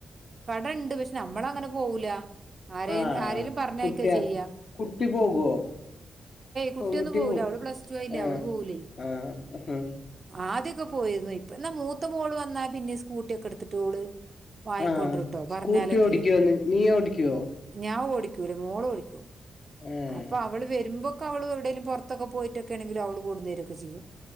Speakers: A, on the right (about 45°); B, on the left (about 60°).
A: കടെണ്ട് പക്ഷെ നമ്മള അങ്ങനെ പോവൂല ആരെ
B: ആഹ്
A: ആരെേലും പറഞ്ഞേക്ക
B: കുട്ടിയ
A: ചെയ്യാ.
B: കുട്ടി പോകുവോ
A: കുട്ടിയൊന്നും
B: പെൺകുട്ടി
A: പോകൂല
B: പോ
A: അവള് പ്ലസ് ടു അയില്ലേ
B: ആഹ്
A: അവള് പോകൂലേ
B: ആഹ് ആഹ്
A: ആദ്യക്കെ? പോയിരുന്നു ഇപ്പ എന്നാ മൂത്ത മോള് വന്നാ പിന്നെ സ്കൂട്ടിയൊക്കെ എടുത്തിട്ട് ഓള്? വാങ്ങിക്കൊണ്ടവരുട്ടോ
B: ആഹ്
A: പറഞ്ഞാലൊക്കെ.
B: സ്കൂട്ടി ഓടിക്കോന്ന് നീ ഓടിക്കുവോ
A: ഞാൻ ഓടി മോള ഓടിക്കും
B: ഏഹ്
A: അപ്പൊ അവള് വരും- എനക്ക് അവൾ എവിടെങ്കിലും പോരാതൊക്ക പോയിട്ടൊക്കെണെങ്കിലും അവള് കൊണ്ടോന്ന് തരുവാക്കെ ചെയ്യും?